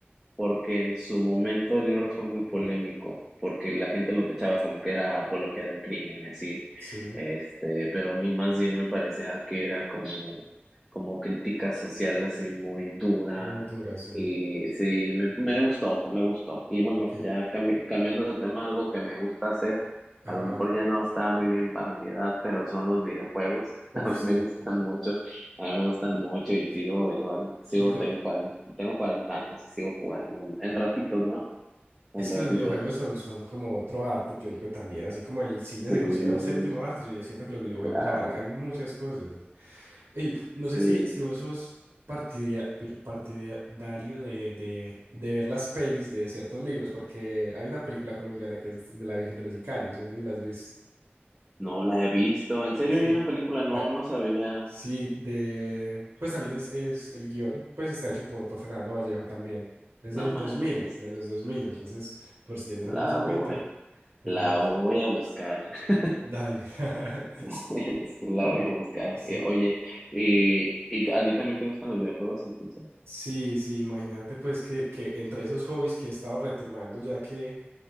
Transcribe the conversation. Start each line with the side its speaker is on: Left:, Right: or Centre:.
Centre: porque en su momento el libro fue muy polémico, porque la gente lo techaba como que era apología del crimen y así,
Right: Sí.
Centre: este, pero a mí más bien me parecía que era como, como crítica social así muy dura,
Right: Muy dura, sí.
Centre: y sí, me, me gustó, me gustó. Y bueno,
Right: Ok.
Centre: ya cambi- cambiando de tema, algo que me gusta hacer,
Right: Ajá.
Centre: a lo mejor ya no está muy bien para mi edad, pero son los videojuegos, <laughs>
Right: Uf,
Centre: a mí
Right: sí.
Centre: me gustan mucho. A mí me gustan mucho y sigo
Right: Qui-
Centre: igual, sigo,
Right: Y, co-
Centre: tengo cuarenta tengo 40 años y sigo jugando en, en
Right: mm,
Centre: ratitos, ¿no? En
Right: es que
Centre: ratitos.
Right: los videojuegos son, son como otro arte, yo digo también, así como el cine
Centre: Sí,
Right: se considera un séptimo arte, yo, yo siento que los videojuegos
Centre: claro,
Right: abarcan muchas cosas. Y no
Centre: sí.
Right: sé si, si vos sos partidia- pir- partidario de, de, de ver las pelis de ciertos libros, porque hay una película colombiana que es de La Virgen de los Sicarios, no sé si las viste
Centre: No la he visto. En serio,
Right: Sí.
Centre: hay una película, no,
Right: Ah,
Centre: no sabía.
Right: sí, de... Pues también es, es el guión, pues está hecho por, por Fernando Vallejo también. Es
Centre: No
Right: del
Centre: manches.
Right: 2000, de los 2000, entonces por si tienes
Centre: La
Right: algún tiempito,
Centre: voy,
Right: te
Centre: la
Right: la ves.
Centre: voy a buscar. <laughs>
Right: Dale. <laughs>
Centre: Sí, sí, la voy a Wow. buscar.
Right: Sí,
Centre: Eh, oye, y, y t- a ti también te gustan los videojuegos, entonces.
Right: sí, sí, imagínate pues que, que entre esos hobbies que he estado retomando ya que,